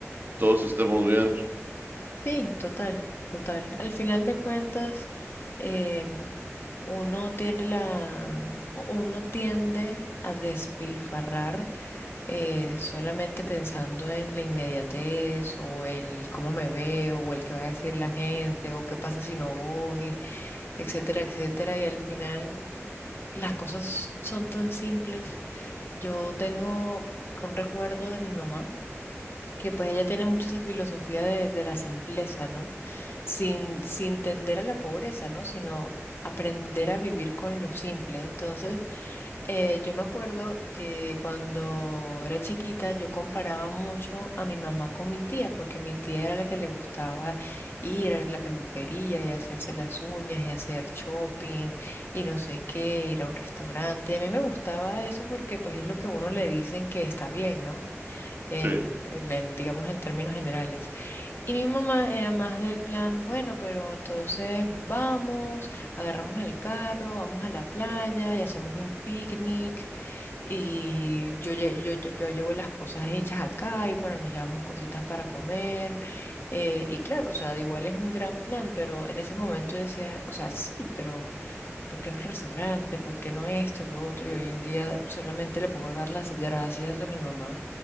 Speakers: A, on the right; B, on the left.
A: todos estemos bien.
B: sí, total, total. Al final de cuentas, em, uno tiene la, u- uno tiende a despilfarrar eh, solamente pensando en la inmediatez o en el cómo me veo o el que va a decir la gente o qué pasa si no voy, etcétera, etcétera. Y al final las cosas son tan simples. Yo tengo un recuerdo de mi mamá. que pues ella tiene mucho esa filosofía de, de la simpleza, ¿no? Sin, sin tender a la pobreza, ¿no? Sino aprender a vivir con lo simple. Entonces, eh, yo me acuerdo que cuando era chiquita yo comparaba mucho a mi mamá con mi tía, porque mi tía era la que le gustaba ir a la peluquería y hacerse las uñas y hacer shopping y no sé qué, ir a un restaurante. Y a mí me gustaba eso porque pues es lo que a uno le dicen que está bien, ¿no? en,
A: Sí.
B: en- en, digamos, en términos generales. Y mi mamá era más del plan, bueno, pero entonces vamos, agarramos el carro, vamos a la playa y hacemos un picnic y yo, lle- yo, yo, yo llevo las cosas hechas acá y bueno, nos llevamos cositas para comer. eh, y claro, o sea, de igual es un gran plan, pero en ese momento yo decía, o sea, sí, pero ¿por qué no el restaurante? ¿Por qué no esto, lo otro? Y hoy en día solamente le puedo dar las gracias a mi mamá